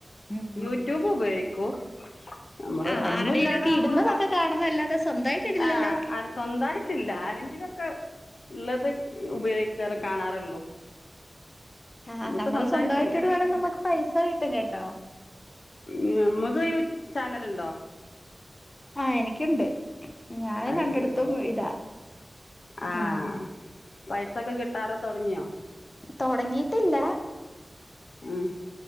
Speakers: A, on the left; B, on the left.
A: ഉം
B: യൂട്യൂബ് ഉപയോഗിക്കും. നമ്മള്
A: ആഹ്
B: ഒന്നുമല്ലാതെ
A: ആരുടെേലും ഒക്കെ
B: നമ്മള്
A: ഇടുന്നതൊക്കെ
B: ന്ന
A: കാണുന്ന അല്ലാതെ സ്വന്തമായിട്ട് ഇടില്ലല്ലോ
B: ആഹ് സ്വന്തായിട്ടില്ല. ആരെങ്കിലുമൊക്കെ ഉള്ളത് ഉപയോഗിക്കാറ് കാണാറുള്ളൂ.
A: ആഹ്
B: നമുക്ക്
A: നമ്മള്
B: സ്വന്തായിട്ടില്ല
A: സ്വന്തമായിട്ടോട് വേണം നമുക്ക് പൈസ കിട്ടും കേട്ടോ
B: നമുക്ക് യൂട്യൂബ് ചാനലുണ്ടോ
A: ആഹ് എനിക്കുണ്ട് ഞാൻ
B: അത്
A: രണ്ടടത്തും
B: ശരി
A: ഇതാ
B: ആഹ്
A: ഉം
B: പൈസൊക്കെ കിട്ടാറ് തുടങ്ങിയോ?
A: തുടങ്ങിട്ടില്ല
B: ഉം